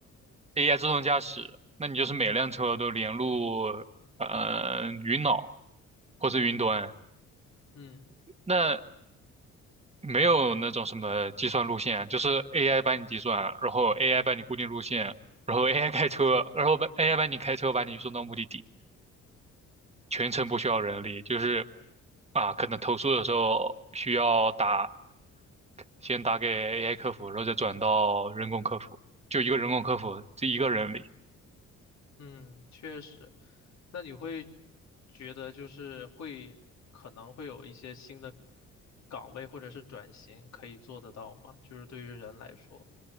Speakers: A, on the right; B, on the left.
A: AI 自动驾驶，那你就是每辆车都连入呃云脑或是云端，
B: 嗯。
A: 那没有那种什么计算路线，就是 AI 帮你计算，然后 AI 帮你固定路线，然后 AI 开车，然后把 AI 帮你开车把你送到目的地。全程不需要人力，就是啊，可能投诉的时候需要打，先打给 AI 客服，然后再转到人工客服，就一个人工客服，这一个人力，
B: 嗯，确实。那你会觉得就是会可能会有一些新的岗位或者是转型可以做得到吗？就是对于人来说，